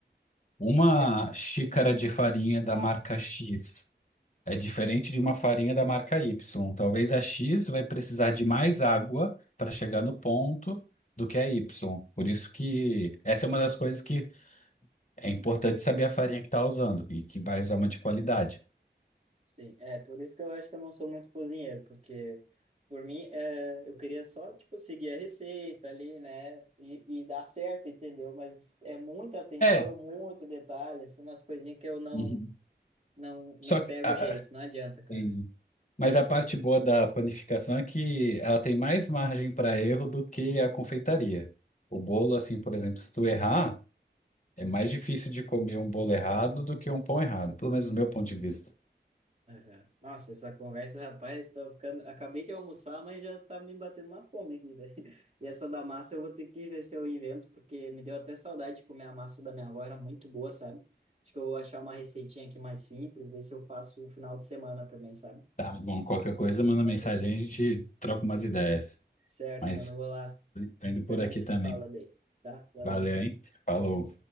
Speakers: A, on the left; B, on the right.
A: uma
B: acho que é.
A: xícara de farinha da
B: Ah,
A: marca X. É diferente de uma farinha da marca Y. Talvez a X vai precisar de mais água para chegar no ponto do que a Y. Por isso que essa é uma das coisas que é importante saber a farinha que está usando e que vai usar uma de qualidade.
B: Sim, é por isso que eu acho que eu não sou muito cozinheiro, porque por mim é, eu queria só, tipo, seguir a receita ali, né? E, e dar certo, entendeu? Mas é muita atenção,
A: É,
B: muito detalhe, assim, umas coisinhas que eu não,
A: uhum.
B: não, não
A: Só que.
B: pego
A: ah,
B: jeito,
A: ah,
B: não adianta, cara.
A: entendi. Mas a parte boa da panificação é que ela tem mais margem para erro do que a confeitaria. O bolo, assim, por exemplo, se tu errar, é mais difícil de comer um bolo errado do que um pão errado, pelo menos do meu ponto de vista.
B: Aham. Nossa, essa conversa, rapaz, tô ficando. Acabei de almoçar, mas já tá me batendo uma fome aqui, velho. <laughs> E essa da massa eu vou ter que ver se eu invento, porque me deu até saudade de comer a massa da minha avó, era muito boa, sabe? Acho que eu vou achar uma receitinha aqui mais simples, ver se eu faço no final de semana também, sabe?
A: Tá, bom, qualquer coisa, manda
B: Fazer
A: mensagem,
B: aqui.
A: a gente troca umas ideias.
B: Certo,
A: Mas
B: mano, eu vou lá.
A: tô indo
B: Depois
A: por aqui
B: a gente se
A: também.
B: fala daí, tá? Valeu.
A: Valeu, hein? Falou.